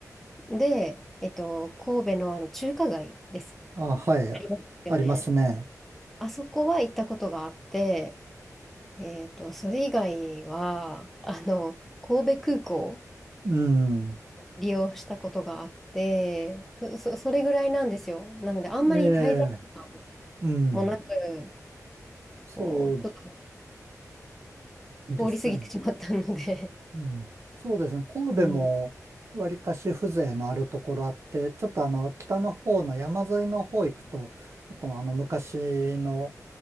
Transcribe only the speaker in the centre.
戸で、えっと、神戸のあの中華街です。
ありますよね。
あそこは行ったことがあって、えっと、それ以外は、あの、神戸空港。
利用したことがあって、そ、そそれぐらいなんですよ。なので、あんまり滞在時間
もなく、
こう、ちょっ
と通り過ぎてしまったので。
うん